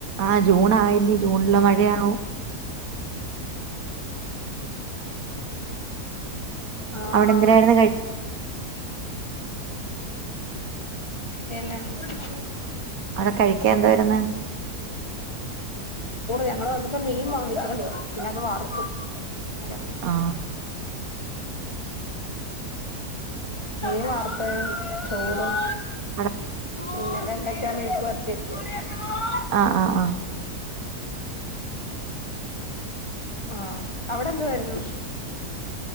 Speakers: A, on the right; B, on the left.
A: ആ ജൂണായ്യില്ലീ ജൂൺല മഴയാവും
B: ആ
A: അവിടെന്തിനായിരുന്നു
B: ആ
A: കഴി
B: പിന്ന <unintelligible>
A: അവിടെ കഴിക്കാൻ എന്തുവായിരുന്നു
B: ഞങ്ങള് വന്നപ്പോ മീൻ വാങ്ങിച്ച <unintelligible> പിന്നത് വറുത്ത് ദ
A: ആ
B: മീൻ വർത്തതും ചോറും
A: <unintelligible>
B: പിന്നെ വെണ്ടയ്ക്കാ മെഴുക്ക് പേര്ട്ടി <unintelligible>
A: ആ ആ ആ
B: ആ അവിടെ എന്തുവാരുന്നു?